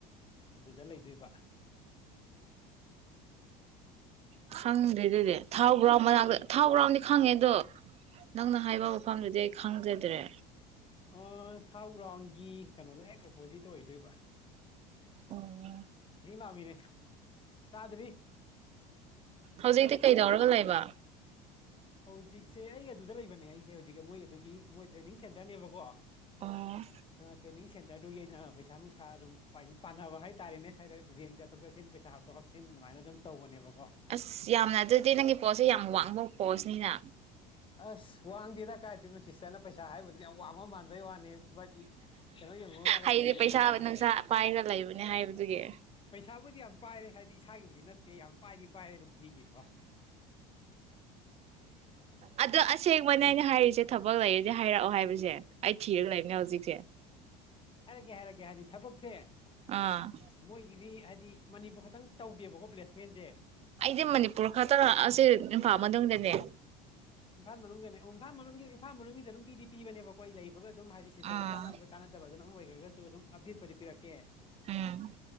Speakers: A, on the left (about 30°); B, on the right (about 35°).
A: ꯑꯗꯨꯗ ꯂꯩꯗꯣꯏꯕ
B: ꯎ ꯈꯪꯗ꯭ꯔꯦ ꯑꯗꯨꯗꯤ ꯊꯥꯎ ꯒ꯭ꯔꯥꯎ ꯃꯅꯥꯛꯇ ꯊꯥꯎ ꯒ꯭ꯔꯥꯎꯗꯤ ꯈꯪꯉꯦ ꯑꯗꯣ ꯅꯪꯅ ꯍꯥꯏꯕ ꯃꯐꯝꯗꯨꯗꯤ ꯑꯩ ꯈꯪꯖꯗ꯭ꯔꯦ
A: ꯑ ꯊꯥꯎ ꯎꯔꯥꯎꯟꯒꯤ ꯀꯩꯅꯣꯗꯣ ꯍꯦꯛ ꯑꯣꯄꯣꯖꯤꯠꯇ ꯑꯣꯏꯗꯣꯏꯕ
B: ꯑꯣ
A: ꯋꯥꯡꯅꯦ ꯇꯥꯗ꯭ꯔꯤ
B: ꯍꯧꯖꯤꯛꯇꯤ ꯀꯩꯗꯧꯔꯒ ꯂꯩꯕ
A: ꯍꯧꯖꯤꯛꯁꯦ ꯑꯩ ꯑꯗꯨꯗ ꯂꯩꯕꯅꯦ ꯑꯩꯁꯦ ꯍꯧꯖꯤꯛ ꯃꯣꯏ ꯑꯗꯨꯒꯤ ꯃꯣꯏ ꯅꯤꯕ ꯀꯣ
B: ꯑꯣ
A: ꯅ ꯇꯦꯁ ꯑꯗꯨꯒꯤ ꯑꯩꯅ ꯄꯩꯁꯥ ꯅꯨꯡꯁꯥ ꯑꯗꯨꯝ ꯄꯥꯟꯅꯕ ꯍꯥꯏꯇꯥꯔꯦꯅꯦ ꯁꯥꯏꯗ ꯕꯦꯡ ꯆꯠꯊꯣꯛ ꯆꯠꯁꯤꯟ ꯄꯩꯁꯥ ꯍꯥꯞꯇꯣꯛ ꯍꯥꯞꯆꯤꯟ ꯑꯗꯨꯃꯥꯏꯅ ꯑꯗꯨꯝ ꯇꯧꯕꯅꯦꯕ
B: ꯑꯁ ꯌꯥꯝꯅ ꯑꯗꯨꯗꯤ ꯅꯪꯒꯤ ꯄꯣꯠꯁꯦ ꯌꯥꯝ ꯋꯥꯡꯕ ꯄꯣꯠꯁꯤꯅꯤꯅ
A: ꯑꯁ ꯋꯥꯡꯗꯦꯗ ꯀꯥꯏꯗꯩꯅꯣ ꯁꯤꯁꯇꯔꯅ ꯄꯩꯁꯥ ꯍꯥꯏꯕꯗꯨꯗꯤ ꯌꯥꯝ ꯋꯥꯡꯕ ꯃꯥꯟꯕꯗꯩ ꯋꯥꯅꯤ ꯕꯠ ꯀꯩꯅꯣ ꯌꯦꯡꯉꯨꯔꯒꯗꯗꯤ
B: ꯍꯩꯗꯤ
A: ꯀꯩꯁꯨ
B: ꯄꯩꯁꯥꯕ
A: ꯌꯥꯎꯕ
B: ꯅꯨꯡꯁꯥ
A: ꯅꯠꯇꯦ
B: ꯄꯥꯏꯔ ꯂꯩꯕꯅꯦ ꯍꯥꯏꯕꯗꯨꯒꯤ
A: ꯏꯁꯥꯕꯨꯗꯤ ꯌꯥꯝ ꯄꯥꯏꯔꯦ ꯍꯥꯏꯗꯤ ꯏꯁꯥꯒꯤꯕꯨꯗꯤ ꯅꯠꯇꯦ ꯌꯥꯝ ꯄꯥꯏꯔꯤ ꯄꯥꯏꯔ ꯑꯗꯨ ꯊꯒꯦꯀꯣ
B: ꯑꯗꯣ ꯑꯁꯦꯡꯕꯅꯦ ꯑꯩꯅ ꯍꯥꯏꯔꯤꯁꯦ ꯊꯕꯛ ꯂꯩꯔꯗꯤ ꯍꯥꯏꯔꯛꯑꯣ ꯍꯥꯏꯕꯁꯦ ꯑꯩ ꯊꯤꯔꯒ ꯂꯩꯕꯅꯦ ꯍꯧꯖꯤꯛꯁꯦ
A: ꯍꯥꯏꯔꯛꯀꯦ ꯍꯥꯏꯔꯛꯀꯦ ꯍꯥꯏꯗꯤ ꯊꯕꯛꯁꯦ
B: ꯑꯥ
A: ꯅꯣꯏꯔꯤ ꯍꯥꯏꯗꯤ ꯃꯅꯤꯄꯨꯔ ꯈꯛꯇꯪ ꯇꯧꯗꯦꯕꯀꯣ ꯄ꯭ꯂꯦꯁꯃꯦꯟꯁꯦ
B: ꯑꯩꯗꯤ ꯃꯅꯤꯄꯨꯔ ꯈꯛꯇ ꯑꯁꯤ ꯏꯝꯐꯥꯜ ꯃꯅꯨꯡꯗꯗꯅꯦ
A: ꯏꯝꯐꯥꯜ ꯃꯅꯨꯡꯗꯅꯦ ꯑꯣ ꯏꯝꯐꯥꯜ ꯃꯅꯨꯡꯒꯤ ꯏꯝꯐꯥꯜ ꯃꯅꯨꯡꯒꯤꯁꯨ ꯑꯗꯨꯝ ꯄꯤꯗꯤ ꯄꯤꯕꯅꯦꯕꯀꯣ ꯂꯩꯕꯒ ꯑꯗꯨꯝ ꯍꯥꯏꯗꯤ ꯁꯤꯁꯇꯔꯒ
B: ꯑꯥ
A: ꯆꯥꯟꯅꯕ ꯆꯥꯟꯅꯗꯕ ꯑꯗꯨꯅꯝ ꯑꯣꯏꯈ꯭ꯔꯒ ꯑꯗꯨꯝ ꯑꯕꯤ ꯄꯄꯤꯔꯛꯀꯦ
B: ꯎꯝ